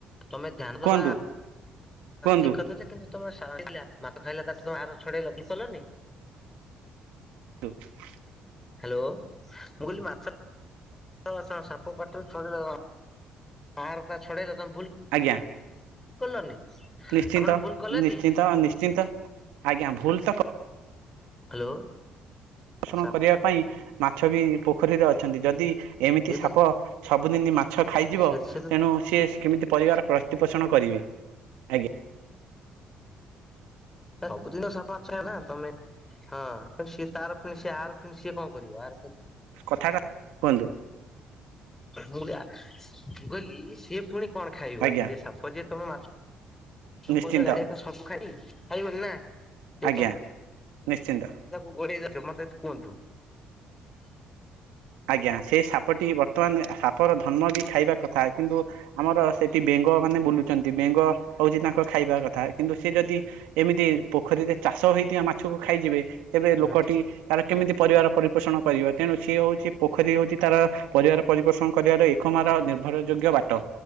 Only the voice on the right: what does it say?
କୁହନ୍ତୁ କୁହନ୍ତୁ
<unintelligible>
ଆଜ୍ଞା।
ନିଶ୍ଚିନ୍ତ
ନିଶ୍ଚିନ୍ତ ନିଶ୍ଚିନ୍ତ ଆଜ୍ଞା ଭୁଲ ତ
ଷଣ
କରିବା ପାଇଁ ମାଛ ବି ପୋଖରୀରେ ଅଛନ୍ତି ଯଦି ଏମିତି
ସାପ ସବୁଦିନ ମା ଛ ଖାଇଯିବ
ତେଣୁ
ସିଏ କେମିତି ପରିବାର ପ୍ରତିପୋଷଣ କରିବେ। ଆଜ୍ଞା
କଥାଟା କୁହନ୍ତୁ।
ଆଜ୍ଞା
ନିଶ୍ଚିନ୍ତ
ଆଜ୍ଞା
ନିଶ୍ଚିନ୍ତ।
ଆଜ୍ଞା ସେଇ ସାପଟି ବର୍ତ୍ତମାନ ସାପର ଧର୍ମ ବି ଖାଇବା କଥା କିନ୍ତୁ ଆମର ସେଠି ବେଙ୍ଗ ମାନେ ବୁଲୁଛନ୍ତି ବେଙ୍ଗ ହଉଛି ତାଙ୍କ ଖାଇବା କଥା କିନ୍ତୁ ସେି ଯଦି ଏମିତି ପୋଖରୀରେ ଚାଷ ହେଇଥିବା ମାଛକୁ ଖାଇଯିବେ ତେବେ
ଲୋକଟି ତାର କେମିତି ପରିବାର ପରିପୋଷଣ କରିବ ତେଣୁ ସିଏ ହଉଛି। ପୋଖରୀ ହଉଛି ତାର ପରିବାର ପରିପୋଷଣ କରିବାର ଏକମାର ନିର୍ଭରଯୋଗ୍ୟ ବାଟ